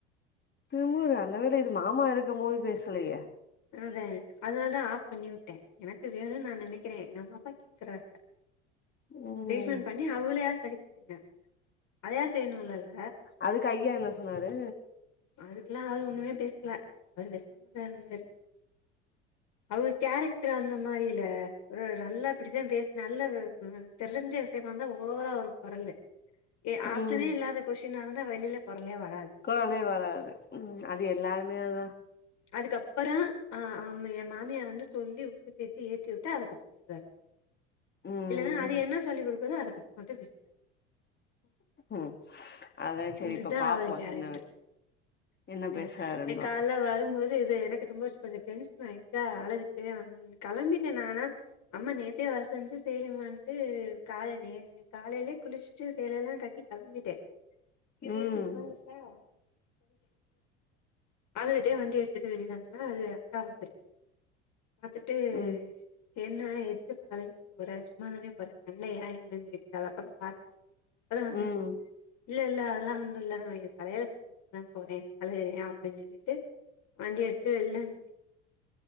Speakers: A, on the left (about 30°); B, on the left (about 50°).
A: திமிரு நல்லவேள இது மாமா இருக்கம்மோது பேசலயே
B: அதே அதுனால் தா ஆஃப் பண்ணி உட்டே எனக்கு வேணுன் நா நெனைக்கிறே எங்க அம்மா அப்பா கேக்கறாக
A: ம்
B: ட்ரீட்மெண்ட் பண்ணி அவுங்களயாது சரி பண்ணுங்க அதயாது செய்ணுல்லல்ல
A: அதுக்கு ஐயா என்ன சொன்னாரு
B: அதுக்கெல்லா அவரு ஒண்ணுமே பேசல அவரு தா இருந்தாரு அவுங்க கேரக்டர் அந்த மாரில ஒரு நல்லா இப்டித்தா பேச நல்ல தெரிஞ்ச விஷயமா இருந்தா ஓவரா வரூ கொரலு ஏ ஆப்சனே
A: ம்
B: இல்லாத கொஷினா இருந்தா வெளிலே கொரலே வராது
A: கொரல வராது ம் அது எல்லாருமே தா
B: அதுக்கப்பறொ அ ஆமா ஏ மாமியா வந்து சொல்லி உசுபேத்தி ஏத்தி உட்டு அத பத் சர்
A: ம்
B: இல்லனா அது என்ன சொல்லிக் குடுக்குதோ அத பத்தி மட்டு பேசுவாரு
A: ம் அதா செரி
B: இதுதா
A: இப்ப பாப்போ
B: அவரு கேரக்டர்
A: என்ன என்ன
B: அ
A: பேசுறாருன்னு
B: இன்னிக்
A: பாப்போ
B: கால ல வரும்போது இது இது எனக்கு ரொம்ப வு கொஞ்சொ டென்ஷன் ஆயிடுச்சா அழுதுட்டே வந் கெளம்பிட்டே நா அம்மா நேத்தே வர சொன்ச்சி செரின் வன்ட்டு கால நே காலைலே குளிச்சுட்டு சேலல்லா கட்டி கெளம்பிட்டே இது
A: ம்
B: வந்துச்சா கொஞ்ச டென்ஷனாய்டுச்சி அழுந்துட்டே வண்டி எடுத்துட்டு வெளிய வந்த அது அக்கா வந்துருச்சு பாத்துட்டு
A: ம்
B: என்ன எதுக்கு இப்ப அழுதுட் டு போற சும்தா தானே போற சண்டயா என்னன்னு கேட்டுச்சு அதப்பதா பாத்துச்சு அப்பதா வந்துச்சு
A: ம்
B: இல்ல இல்ல அதெல்லா ஒன்னுல்ல ஏ தலயெழுத்த நெனைச்சுதா போறே அழுகுறே அப்டின்னு சொல்ட்டு வண்டி எடுத்துட்டு வெள வன்